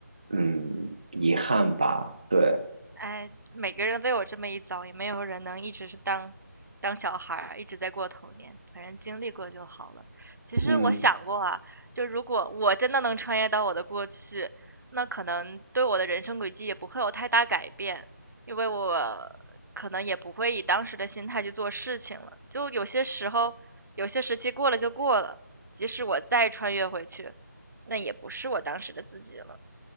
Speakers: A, on the right (about 20°); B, on the right (about 85°).
A: 嗯遗憾吧，对，
B: 哎，每个人都有这么一遭，也没有人能一直是当当小孩儿，一直在过童年。反正经历过就好了。其实我想过啊，
A: 嗯，
B: 就如果我真的能穿越到我的过去，那可能对我的人生轨迹也不会有太大改变，因为我可能也不会以当时的心态去做事情了。就有些时候，有些时期过了就过了，即使我再穿越回去，那也不是我当时的自己了，